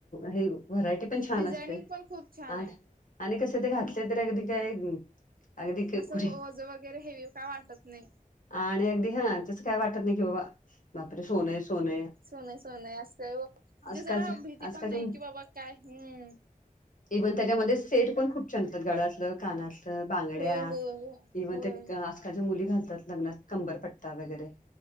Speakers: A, on the left (about 65°); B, on the right (about 80°).
A: हे व्हरायटी पण छान
B: डिझायनिंग
A: असते
B: पण खूप छान
A: आणि
B: आहे.
A: आणि कसं ते घातले तर अगदी काय? अगदी
B: असं
A: कुणी
B: वज वगैरे हेवी का वाटत नाही.
A: आणि अगदी हा त्यास काय वाटत नाही की बाबा बापरे सोने सोन.
B: सोनय सोनय आज काय म्हणजे
A: आजकालच्या
B: जरा भीती
A: आजकालच्या
B: पण नाही कि बाबा काय ह्.
A: इव्हन त्याच्यामध्ये सेट पण खूप छान होतात गळातलं कानातलं. तर बांगड्या
B: होय होय हो
A: इव्हन
B: होय
A: ते आजकालच्या मुली घालतात लग्नात कंबर पट्टा वगैरे